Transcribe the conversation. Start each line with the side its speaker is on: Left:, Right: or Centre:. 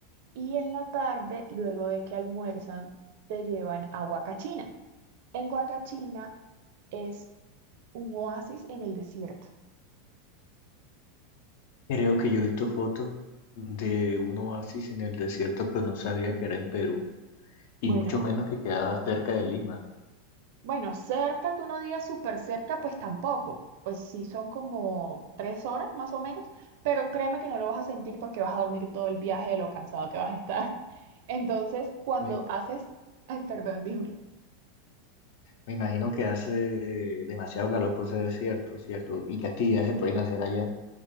Right: Y en la tarde, luego de que almuerzan, te llevan a Huacachina. En Huacachina es un oasis en el desierto.
Left: Creo que yo he visto fotos de un oasis en el desierto, pero no sabía que era en Perú, y
Right: Bueno,
Left: mucho menos que quedaba cerca de Lima.
Right: Bueno, cerca, que uno diga súper cerca, pues tampoco. Pues sí son como tres horas más o menos, pero créeme que no lo vas a sentir porque vas a dormir todo el viaje de lo cansado que vas a estar. <laughs> Entonces, cuando
Left: Me,
Right: haces, ay, perdón, dime.
Left: me imagino que hace eh, demasiado calor por ese desierto, ¿cierto? Y que actividades se pueden hacer allá.